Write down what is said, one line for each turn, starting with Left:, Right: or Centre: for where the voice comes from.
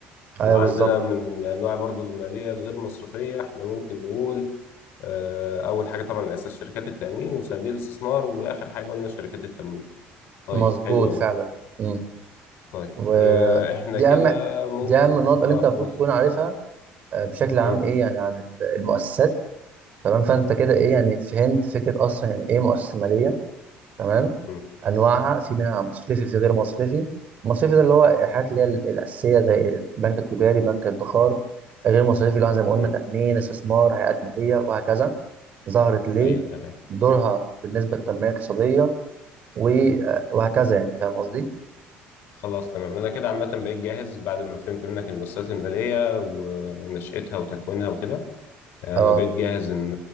Right: ايوه
Left: وعندنا
Right: بالظبط
Left: من
Right: كده
Left: الانواع برضو الماليه الغير مصرفيه احنا ممكن نقول آه، اول حاجه طبعا الاساس شركات التامين وصناديق الاستثمار واخر حاجه قلنا شركات التمويل طيب
Right: مظبوط
Left: حلو قوي
Right: فعلا امم
Left: طيب
Right: ودي
Left: آه، احنا كده
Right: اهم
Left: ممكن
Right: دي اهم النقط اللي
Left: اه
Right: انت المفروض
Left: قول
Right: تكون عارفها آه، بشكل عام
Left: مم،
Right: ايه يعني عن ال- المؤسسات تمام فانت كده ايه يعني فهمت فكره اصلا يعني ايه مؤسسه ماليه تمام
Left: مم،
Right: انواعها في منها مصرفي في غير مصرفي المصرفي ده اللي هو الحاجات اللي هي ال- الاساسيه زي البنك التجاري بنك الادخار غير مصرفي اللي هو زي ما قلنا
Left: مم.
Right: تامين استثمار هيئات ماليه وهكذا ظهرت ليه
Left: ايوه تمام
Right: دورها بالنسبه للتنميه الاقتصاديه و- وهكذا يعني فاهم قصدي
Left: خلاص تمام انا كده عامه بقيت جاهز بعد ما فهمت منك المؤسسات الماليه ونشاتها وتكوينها وكده انا
Right: اه
Left: بقيت جاهز ان